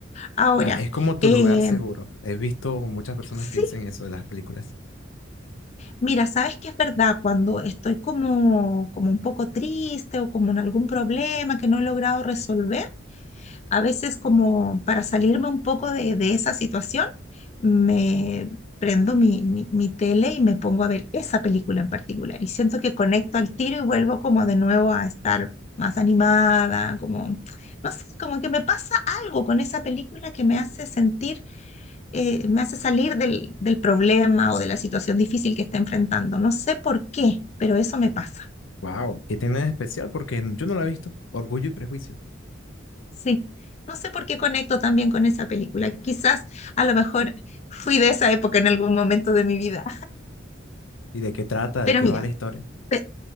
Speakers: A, on the left (about 35°); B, on the left (about 80°).
A: Ahora,
B: Ya, es como tu
A: eh,
B: lugar seguro. He visto muchas personas
A: sí,
B: que dicen eso de las películas.
A: Mira, sabes que es verdad, cuando estoy como, como un poco triste o como en algún problema que no he logrado resolver, a veces como para salirme un poco de, de esa situación, me prendo mi, mi, mi tele y me pongo a ver esa película en particular y siento que conecto al tiro y vuelvo como de nuevo a estar más animada, como, no sé, como que me pasa algo con esa película que me hace sentir eh, me hace salir del, del problema o de la situación difícil que está enfrentando. No sé por qué, pero eso me pasa.
B: Wow, ¿qué tiene de especial? Porque yo no la he visto. Orgullo y Prejuicio.
A: Sí, no sé por qué conecto también con esa película. Quizás a lo mejor fui de esa época en algún momento de mi vida.
B: ¿Y de qué trata?
A: Pero
B: ¿De qué
A: mira,
B: va la historia?
A: pe-